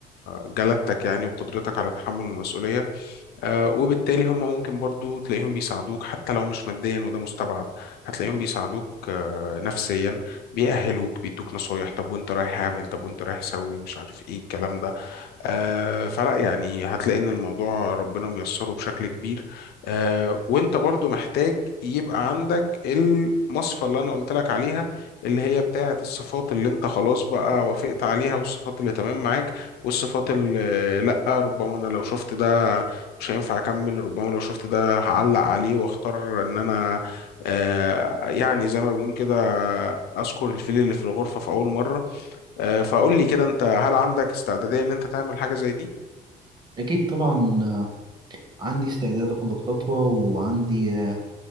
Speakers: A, on the left (about 70°); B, on the right (about 25°).
A: جلدتك يعني وقدرتك على تحمل المسؤولية آه، وبالتالي هم ممكن برضو تلاقيهم بيساعدوك حتى لو مش ماديا وده مستبعد هتلاقيهم بيساعدوك آه، نفسيا بيأهلوك بيدوك نصايح طب وانت رايح اعمل طب وانت رايح سوي مش عارف ايه الكلام ده آه، فلا يعني هتلاقي ان الموضوع ربنا ميسره بشكل كبير آه، وانت برضو محتاج يبقى عندك المصفى اللي انا قلت لك عليها اللي هي بتاعة الصفات اللي انت خلاص بقى وافقت عليها والصفات اللي تمام معاك والصفات اللي لا ربما انا لو شفت ده مش هينفع اكمل ربما لو شفت ده هعلق عليه واختار ان انا آه، يعني زي ما بنقول كده اذكر الفيل اللي في الغرفة في اول مرة آه، فقول لي كده انت هل عندك استعدادية ان انت تعمل حاجة زي دي؟
B: اكيد طبعا آه، عندي استعداد اخد الخطوة وعندي آه،